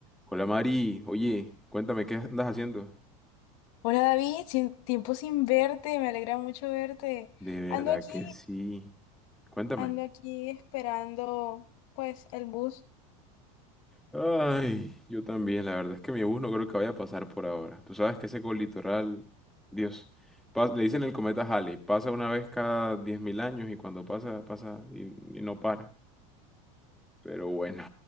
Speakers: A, in the centre; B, on the left.
A: Hola Mari, oye, cuéntame qué andas haciendo.
B: Hola David, sin, tiempo sin verte, me alegra mucho verte.
A: De verdad
B: Ando aquí,
A: que sí. Cuéntame.
B: ando aquí esperando pues el bus.
A: Ay, yo también, la verdad es que mi bus no creo que vaya a pasar por ahora. Tú sabes que ese colitoral, Dios, pas- le dicen el cometa Halley, pasa una vez cada 10.000 años y cuando pasa, pasa y, y no para. Pero bueno,